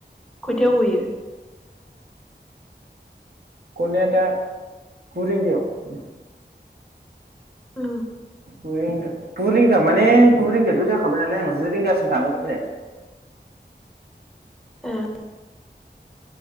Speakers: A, in the centre; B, on the right (about 60°).
A: खयथायाव गयो?
B: गनाया दा गु रिंगायाव।
A: ओ
B: गुरिंगा गुरिंगा माने गुरिंगायाथ' जाखाबाय नालाय आं जि रिंगासिम थांगोन दिनै।
A: ए